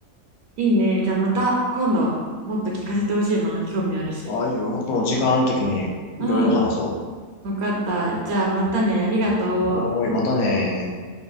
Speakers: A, on the right; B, on the left.
A: いいね。じゃあまた今度もっと聞かせてほしいな。興味あるし。
B: ああいう、もっと時間あるときにいろいろ話そう。
A: うん。わかった。じゃあまたね。ありがとう。
B: おーい、またねー。